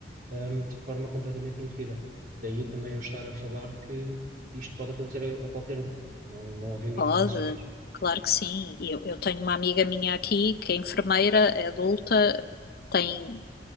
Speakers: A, on the right (about 55°); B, on the left (about 60°).
A: ahm, de forma completamente indevida. Daí também eu estar a falar que isto pode acontecer a, a qualquer um, não, não havendo
B: pode,
A: informações.
B: claro que sim. Eu, eu tenho uma amiga minha aqui que é enfermeira, é adulta, tem,